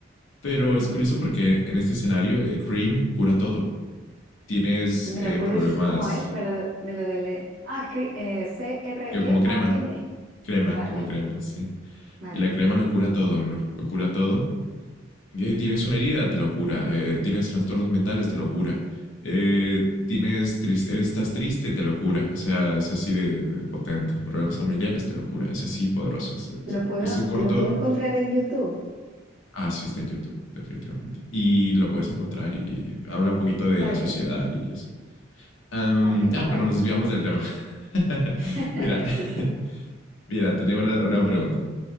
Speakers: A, on the left (about 70°); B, on the right (about 75°).
A: Pero
B: <laughs>
A: es curioso porque en este escenario eh, Cream cura todo. Tienes
B: ¿Me
A: eh,
B: lo puedes,
A: problemas
B: cómo es? Me lo, me lo dele- Ah, cre- eh, C-R-E-A-M.
A: que como crema, crema,
B: Vale,
A: como crema, sí.
B: vale,
A: Y la crema
B: perfecto.
A: lo cura todo, ¿no? Lo cura todo. Eh, tienes una herida, te lo cura. Eh, tienes trastornos mentales, te lo cura. Eh, tienes triste, estás triste, te lo cura. O sea, es así de, de potente. Problemas familiares, te lo cura. Es así poderoso. Es, es,
B: Lo puedo,
A: es un corto.
B: lo puedo encontrar en YouTube,
A: Ah, sí, está en YouTube, definitivamente. Y lo puedes encontrar y habla un poquito de
B: ¿vale?
A: la sociedad y eso. Um,
B: Vale, guay.
A: ah, pero nos desviamos del tema. <laughs>
B: <laughs>
A: mira,
B: Sí.
A: <laughs> mira, te tengo una, una pregunta.